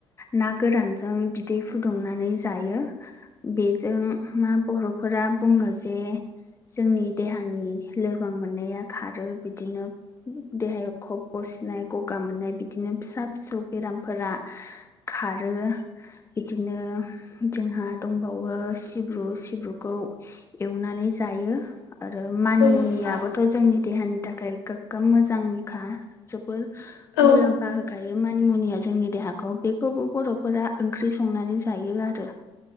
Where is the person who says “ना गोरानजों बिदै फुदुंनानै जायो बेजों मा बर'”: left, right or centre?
Left